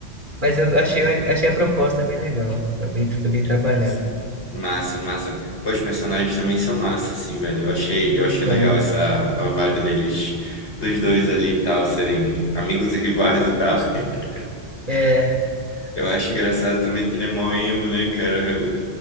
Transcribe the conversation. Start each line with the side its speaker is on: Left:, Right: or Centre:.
Right: Mas eu achei, achei a proposta bem legal. Foi bem, foi bem trabalhado.
Left: <laughs> Massa, massa. Pô, os personagens também são massa, assim, velho. Eu achei, eu achei
Right: Então,
Left: legal essa a vibe deles, dos dois ali e tal, serem amigos e rivais e tal. <laughs>
Right: é.
Left: Eu acho engraçado também que ele é mó emo, né, cara? O,